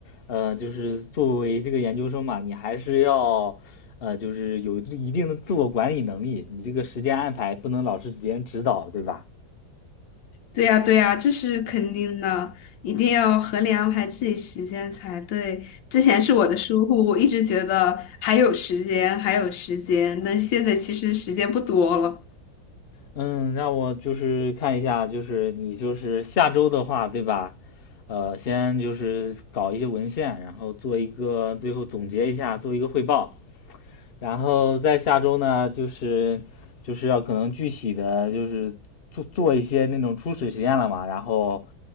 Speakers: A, on the left; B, on the left.
A: 呃，就是作为这个研究生嘛，你还是要，呃，就是有一定的自我管理能力，你这个时间安排不能老是别人指导，对吧？
B: 对呀，对呀，这是肯定的，一定要合理安排自己时间才对。之前是我的疏忽，我一直觉得还有时间，还有时间，但是现在其实时间不多了。
A: 嗯，让我就是看一下，就是你就是下周的话，对吧？呃，先就是搞一些文献，然后做一个最后总结一下，做一个汇报。然后在下周呢，就是就是要可能具体的就是做做一些那种初始实验了嘛，然后